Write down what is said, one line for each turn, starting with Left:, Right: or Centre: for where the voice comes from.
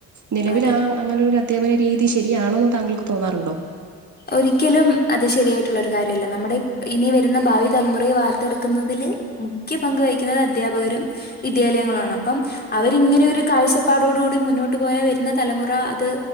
Right: നിലവിൽ
Left: അതെ
Right: ആഹ് അങ്ങനെൊ ഒരു അധ്യാപന രീതി ശരിയാണോന്ന് താങ്കൾക്ക് തോന്നാറുണ്ടോ
Left: ഒരിക്കലും അത് ശരിയായിട്ടുള്ളൊരു കാര്യമല്ല നമ്മുടെ ഇനി വരുന്ന ഭാവി തലമുറയെ വാർത്തെടുക്കുന്നതില് മുഖ്യ പങ്ക് വഹിക്കുന്നത് അധ്യാപകരും വിദ്യാലയങ്ങളും ആണ് അപ്പം അവരിങ്ങനെ ഒരു കാഴ്ചപ്പാടോടു കൂടി മുന്നോട്ട് പോയാ വരുന്ന തലമുറ അത്